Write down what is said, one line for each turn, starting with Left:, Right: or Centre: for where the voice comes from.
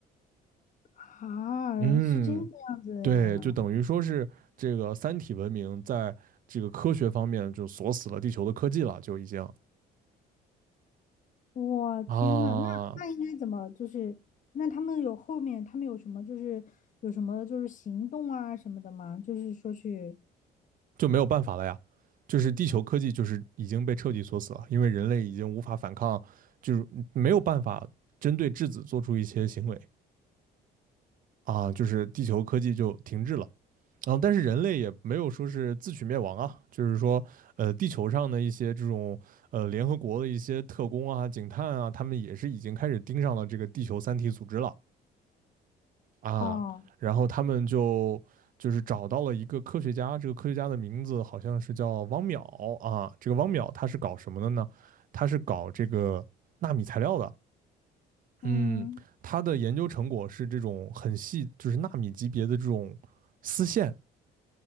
Left: 啊，
Right: 嗯，
Left: 是这个样子的呀。
Right: 对，就等于说是这个三体文明在这个科学方面就锁死了地球的科技了，就已经
Left: 我天呐，
Right: 啊，
Left: 那那应该怎么就是？那他们有后面他们有什么就是有什么就是行动啊什么的吗？就是说去
Right: 就没有办法了呀。就是地球科技就是已经被彻底锁死了，因为人类已经无法反抗，就是没有办法针对质子做出一些行为啊，就是地球科技就停滞了。然后，但是人类也没有说是自取灭亡啊，就是说，呃，地球上的一些这种呃联合国的一些特工啊、警探啊，他们也是已经开始盯上了这个地球三体组织了。啊，
Left: 哦，
Right: 然后他们就就是找到了一个科学家，这个科学家的名字好像是叫汪淼啊。这个汪淼他是搞什么的呢？他是搞这个纳米材料的。
Left: 嗯。
Right: 嗯，他的研究成果是这种很细，就是纳米级别的这种丝线